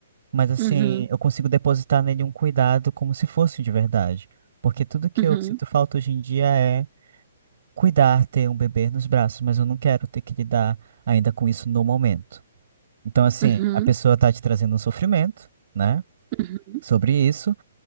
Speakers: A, on the right; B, on the right.
A: Mas assim,
B: uhum,
A: eu consigo depositar nele um cuidado como se fosse de verdade. Porque tudo que
B: uhum,
A: eu sinto falta hoje em dia é cuidar, ter um bebê nos braços, mas eu não quero ter que lidar ainda com isso no momento. Então, assim,
B: uhum,
A: a pessoa tá te trazendo um sofrimento, né?
B: uhum.
A: Sobre isso,